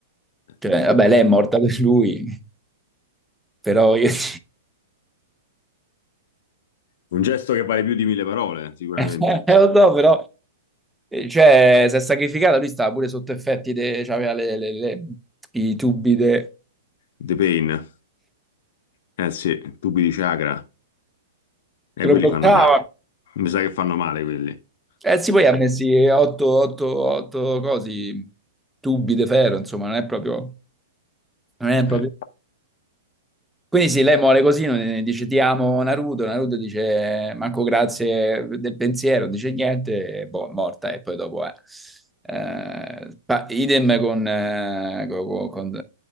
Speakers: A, on the left; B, in the centre.
A: Eh,
B: Cioè,
A: sì.
B: vabbè, lei è morta per lui, però io... <laughs>
A: Un gesto che vale più di mille parole, sicuramente.
B: Eh, lo so, però, eh, cioè, si è sacrificata, lui stava pure sotto effetti, de... cioè, aveva le- le- le- i tubi de...
A: The Pain. Eh sì, tubi di chakra. E
B: che lo
A: quelli
B: bloccava.
A: fanno male. Mi sa che fanno male quelli. Eh,
B: Eh sì, poi ha messi 8 cose, tubi di ferro, insomma, non è proprio... Non è proprio...
A: eh.
B: Quindi sì, lei mole così, non- dice ti amo Naruto, Naruto dice manco grazie del pensiero, dice niente, e boh, morta e poi dopo è. Eh, pa- idem con, eh, co- co- con,